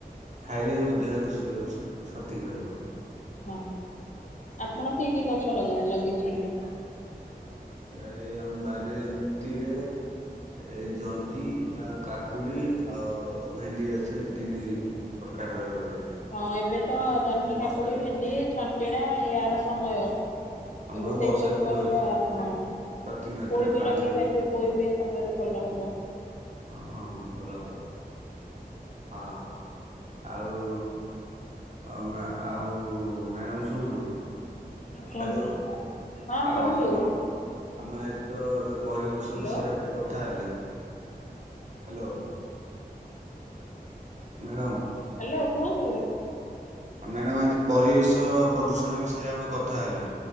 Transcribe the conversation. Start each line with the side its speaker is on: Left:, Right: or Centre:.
Right: ଖାଇଲେ ଆମ ଦେହ ବି ସ ସ ସଠିକ୍ ରହିବ।
Left: ହଁ ଆପଣ କି କି ଗଛ ଲଗା ଲଗେଇଛନ୍ତି?
Right: ଏ ଆରେ ବାରିରେ ଏମତିରେ ଏଇ ଜହ୍ନି ଆଉ କା କୁଡ଼ି ଆଉ ଭେଣ୍ଡି ଗଛ ଏଇ ତିନି ପ୍ରକାରର ଲଗେଇଛୁ।
Left: ହଁ ଏବେ ତ ଜହ୍ନି କାକୁଡ଼ି
Right: ବର୍ଷା
Left: ଭେଣ୍ଡି ଛଣ୍ଟିଣା ଏହାର ସମୟ।
Right: ସମୟ
Left: ଏବେ ସେଇ
Right: ବର୍ଷା
Left: ସବୁ
Right: ଦିନ
Left: ପରିବା
Right: ଅଛି
Left: ହଁ
Right: ପ୍ରତି ମାଟିରେ
Left: ପୋଇ ବି
Right: ପାଣି
Left: ଲଗେଇ ପାରିବେ। ପୋଇ ବି ଏ ସମୟରେ ଭଲ ହେବ।
Right: ହଁ ହଁ ଭଲ ହବ ହଁ ଆଉ ଆଉ ମା ଆଉ ମ୍ୟାଡ଼ମ୍ ଶୁଣନ୍ତୁ।
Left: କୁହନ୍ତୁ।
Right: ହ୍ୟାଲୋ
Left: ହଁ
Right: ଆଉ
Left: କୁହନ୍ତୁ
Right: ଆମ ଆମେ ଆଜି ତ ଆମେ ପରିବେଶ
Left: ହ୍ୟାଲୋ
Right: ବିଷୟରେ ଆଜି କଥା ହେଲେ। ହ୍ୟାଲୋ। ମ୍ୟାଡ଼ାମ।
Left: ହ୍ୟାଲୋ କୁହନ୍ତୁ।
Right: ଆମେ ମ୍ୟାଡାମ ଆଜି ପରିବେଶ ପ୍ରଦୂଷଣ ବିଷୟରେ ଆମେ କଥା ହେଲେ।